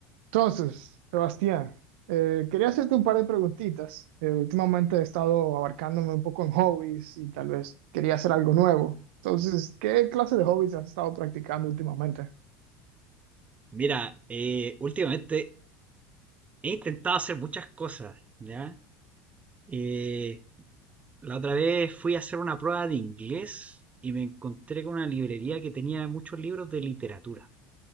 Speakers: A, on the right; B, on the right.
A: Entonces, Sebastián, eh, quería hacerte un par de preguntitas. Eh, últimamente he estado abarcándome un poco en hobbies y tal vez quería hacer algo nuevo. Entonces, ¿qué clase de hobbies has estado practicando últimamente?
B: Mira, eh, últimamente he intentado hacer muchas cosas, ¿ya? Eh, la otra vez fui a hacer una prueba de inglés y me encontré con una librería que tenía muchos libros de literatura,